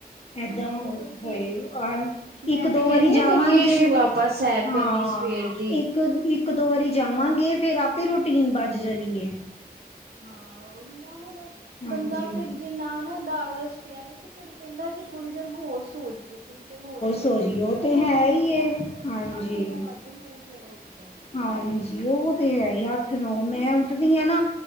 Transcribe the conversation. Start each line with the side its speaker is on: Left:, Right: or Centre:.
Left: ਏਦਾਂ
Right: ਹੋਰ ਕੀ
Left: ਹੋਏ
Right: ਮੈਂ
Left: ਇਕ
Right: ਤੇ
Left: ਦੋ
Right: ਕਹਿੰਦੀ
Left: ਵਾਰੀ ਜਾਵਗੇ
Right: ਆ ਕਰੀਏ ਸ਼ੁਰੂ ਆਪਾਂ ਸੈਰ
Left: ਹਾਂ
Right: ਕਰਨੀ ਸਵੇਰ ਦੀ
Left: ਇਕ ਇਕ ਦੋ ਵਾਰੀ ਜਾਵਾਗੇ ਫੇਰ ਆਪੇ ਰੂਟੀਨ ਬੱਜ ਜਾਣੀ ਹੈ।
Right: ਹਾਂ ਉਹੀ ਨਾ ਹੋਣਾ
Left: ਹਾਂਜੀ
Right: ਬੰਦਾ ਫੇਰ ਜੇ ਨਾ ਨਾ ਦਾਲਸ ਪਿਆਰੇ ਤੇ ਫੇਰ ਕਹਿਦਾ ਕਿ ਥੋੜੀ ਦੇਰ ਹੋਰ ਸੋ ਜਾਈਏ ਥੋੜੀ ਦੇਰ ਹੋਰ ਸੋ
Left: ਸੋਜੀ
Right: ਜਾਈਏ
Left: ਉਹ ਤੇ
Right: ਹੋਰ
Left: ਹੈ
Right: ਸੋਦੇ
Left: ਹੀ ਏ
Right: ਸੌਦੇ
Left: ਹਾਂਜੀ
Right: ਅੱਠ ਨੋ ਵੱਜ ਜਾਦੇ ਨੇ ਸਵੇਰੇ ਉਠ ਕੇ
Left: ਹਾਂਜੀ ਉਹ ਤੇ ਹੈ ਹੀ ਅੱਠ ਨੌ ਮੈਂ ਉਠਦੀ ਹਾਂ ਨਾ